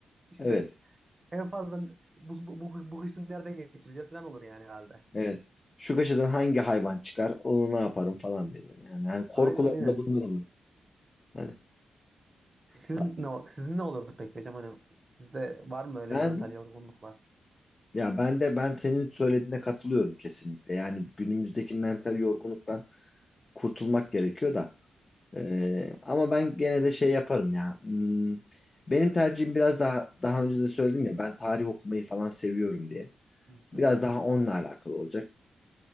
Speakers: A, on the right; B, on the left.
A: İşte
B: Evet,
A: en fazla bu, bu, bu, bu kışın nerede geçireceğiz falan olur yani herhalde.
B: evet. Şu köşeden hangi hayvan çıkar, onu ne yaparım falan diye böyle. Yani, yani korkularım
A: Aynen aynen.
B: da bunlar oluyor. Hani
A: Siz
B: ha-
A: ne, o- sizin ne olurdu peki hocam? Hani sizde var mı öyle
B: ben
A: mental yorgunluklar?
B: Ya ben de ben senin söylediğine katılıyorum kesinlikle. Yani günümüzdeki mental yorgunluktan kurtulmak gerekiyor da. Ee, ama ben gene de şey yaparım ya. Hmm, benim tercihim biraz daha daha önce de söyledim ya ben tarih okumayı falan seviyorum diye.
A: Hı hı.
B: Biraz daha onunla alakalı olacak.